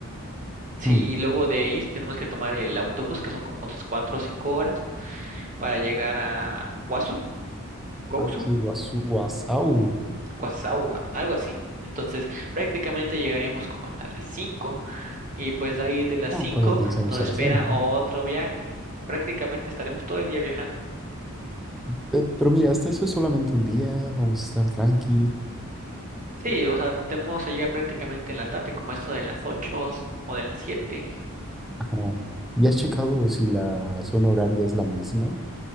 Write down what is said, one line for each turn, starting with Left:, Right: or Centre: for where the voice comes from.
Right: Sí,
Centre: Mm.
Right: y luego de ahí tenemos que tomar el autobús, que son como otras cuatro o cinco horas, para llegar a Wasu, Gosu,
Centre: Ah, sí, guasu- guasau.
Right: Guasau, algo así. Entonces, prácticamente llegaríamos como hasta las cinco Y pues de ahí de las
Centre: Ah,
Right: 5
Centre: todavía alcanzamos
Right: nos
Centre: a
Right: espera
Centre: la cena.
Right: otro
Centre: ¿no?
Right: viaje. Prácticamente estaremos todo el día viajando.
Centre: Pe- Pero, mira, hasta eso es solamente un día. Vamos a estar tranqui.
Right: Sí, o sea, tenemos que llegar prácticamente en la tarde, como esto de las 8 o de las siete
Centre: Ah, ¿Ya has checado
Right: En-
Centre: si la zona horaria es la misma?